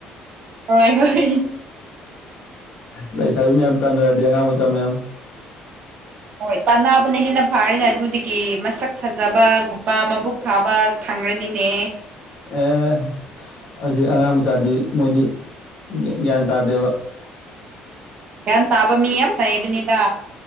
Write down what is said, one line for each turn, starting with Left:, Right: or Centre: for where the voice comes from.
Right: ꯍꯣꯏ ꯍꯣꯏ
Left: ꯂꯩꯁꯥꯕꯤ ꯃꯌꯥꯝ ꯇꯥꯟꯅꯔꯗꯤ ꯑꯉꯥꯡ ꯃꯆꯥ ꯃꯌꯥꯝ
Right: ꯍꯣꯏ ꯇꯥꯕꯅ ꯍꯦꯟꯅ ꯐꯔꯤꯅꯦ ꯑꯗꯨꯗꯒꯤ ꯃꯁꯛ ꯐꯖꯕꯒꯨꯝꯕ ꯃꯕꯨꯛ ꯐꯕ ꯐꯡꯔꯅꯤꯅꯦ
Left: ꯑꯦ ꯍꯧꯖꯤꯛ ꯑꯉꯥꯡ ꯃꯆꯥꯗꯤ ꯃꯣꯏꯗꯤ ꯒ꯭ꯌꯥꯟ ꯇꯥꯗꯦꯕ
Right: ꯒꯌ꯭ꯥꯟ ꯇꯥꯕ ꯃꯤ ꯌꯥꯝ ꯂꯩꯕꯅꯤꯗ